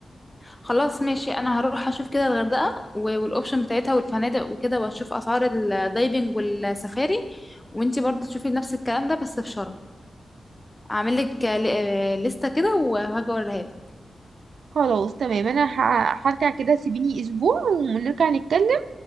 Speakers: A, on the left; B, on the right.
A: خلاص ماشي أنا هروح أشوف كده الغردقة و- والأوبشن بتاعتها والفنادق وكده وأشوف أسعار الدايفنج والسفاري وأنتي برضه تشوفي نفس الكلام ده بس في شرم أعمل لك ل- آه، لستة كده وهاجي أوريها لك
B: خلاص تمام أنا ه- هرجع كده سيبيني أسبوع ونرجع نتكلم